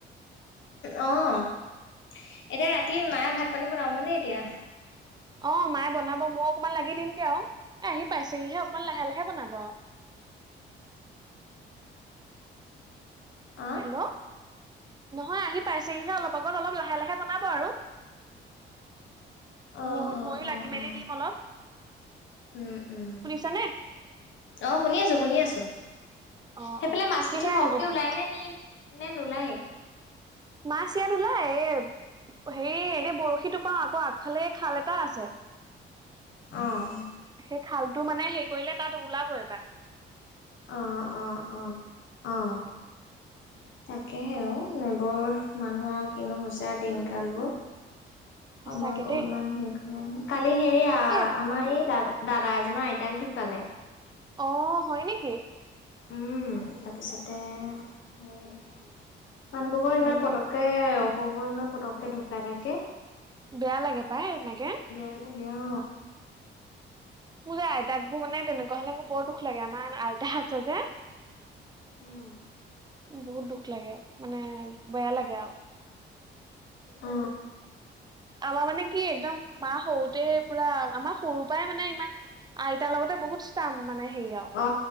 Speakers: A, on the left; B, on the right.
A: অ এতিয়া ৰাতি মায়ে ভাত পানী বনাব মানে এতিয়া
B: অ মায়ে বনাব মই অকনমান লাগি দিম গে আৰু এ আহি পাইছেহিহে অকমান লাহে লাহে বনাব আৰু
A: অ',
B: হেল নহয় আহি পাইছেহিহে অলপ আগত অলপ লাহে লাহে বনাব আৰু
A: অ',
B: ম
A: অ',
B: মইয়ো
A: অ',
B: লাগি মেলি
A: অ'।
B: দিম অলপ
A: উম উম
B: শুনিছানে
A: অ শুনি আছো শুনি আছো
B: অ
A: সেইফালে
B: অ
A: মাছ
B: কিহে
A: পুঠি সহকে
B: আজি ভাত
A: ওলাই নে নে নোলায়েই
B: মাছ ইয়াত ওলাই এ হে এতি বৰশী টোপাও আকৌ আগফালে খাল এটা আছে
A: অঁ
B: সেই খালটো মানে হেৰি কৰিলে তাত ওলাব এইবাৰ
A: অ অ অ অ
B: উম
A: তাকেহে অ এইবোৰ মানুহৰ কিনো হৈছে দিন কাল বোৰ
B: <unintelligible>
A: সময় বহুতমান
B: দেই
A: সোনকালে কালি হেৰি
B: এ
A: আমাৰ এই দাদা দাদা এজনৰ আইতাক ঢুকালে
B: অ হয় নেকি
A: উম তাৰপিছতে হেৰি মানুহবোৰো ইমান
B: উম,
A: পতককে অসুখহৈ ইমান পটককে ঢুকাই থাকে
B: বেয়া লাগে পাই এনেকে
A: বেয়া লাগে অ
B: মোৰ যে আইতাক বোৰ মানে তেনেকুৱা হলে মোৰ বৰ দুখ লাগে আমাৰ আইতা আছে যে
A: উম
B: বহুত দুখ লাগে মানে বেয়া লাগে আৰু
A: অ
B: আমাৰ মানে কি একদম মা সৰুতে পুৰা আমাৰ সৰুৰ পৰাই মানে ইমান আইতাৰ লগতে বহুত ষ্টাম মানে হেৰি আৰু
A: অ